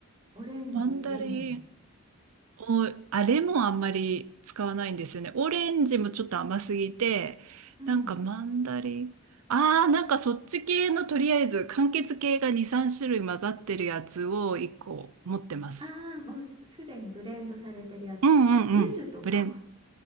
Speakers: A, on the right (about 20°); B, on the right (about 80°).
A: オレンジレモン
B: マンダリン、お、あれもあんまり使わないんですよね。オレンジもちょっと甘すぎて、
A: うん
B: なんかマンダリン、あー、なんかそっち系のとりあえず、柑橘系が2、3種類混ざってるやつを1個持ってます。
A: ああ、もうす、すでにブレンドされてるやつか。
B: うんうんうん。
A: 柚子とか
B: ブレン、